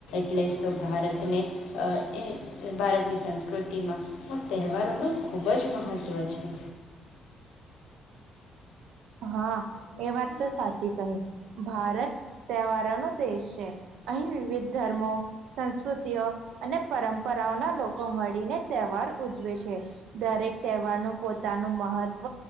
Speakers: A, on the left; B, on the right.
A: એટલે જ તો ભારતને, અહ એ ભારતની સંસ્કૃતિમાં આ તહેવારોનું ખૂબ જ મહત્ત્વ છે.
B: હા એ વાત તો સાચી કહી, ભારત તહેવારો નો દેશ છે, અહીં વિવિધ ધર્મો સંસ્કૃતિઓ અને પરંપરાઓના લોકો મળીને તહેવાર ઉજવે છે, દરેક તહેવારનું પોતાનું મહત્વ